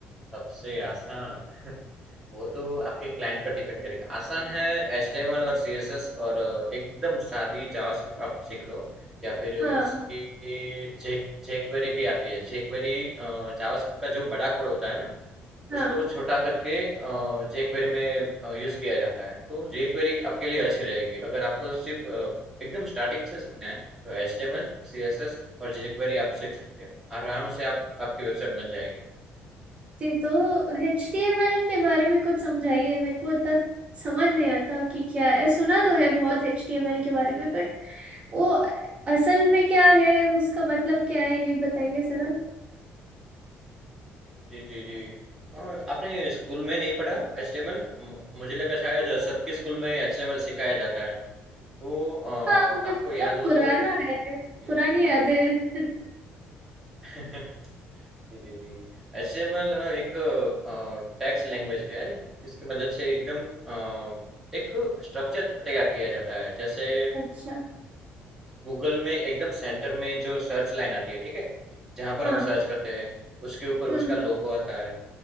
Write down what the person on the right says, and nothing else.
<laughs>
हाँ
हाँ
जी तो एच टी एम एल के बारे में कुछ समझाइए मेरे को इतना समझ नहीं आता कि क्या है सुना तो है बहुत एच टी एम एल के बारे में बट वो असल में क्या है उसका मतलब क्या है ये बताइए जरा
हाँ
पर
बहुत
पुराना
है
पुरानी यादें हैं।
अच्छा
हाँ
हम्म
हम्म,